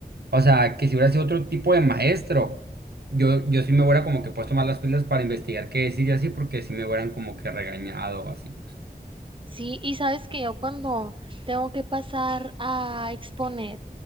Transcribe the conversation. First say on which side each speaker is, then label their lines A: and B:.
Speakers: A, on the right; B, on the right.
A: o sea, que si hubiera sido otro tipo de maestro, yo, yo sí me hubiera como que puesto más las pilas para investigar qué decir y así, porque sí me hubieran como que regañado o así.
B: Sí, y sabes que yo cuando tengo que pasar a exponer,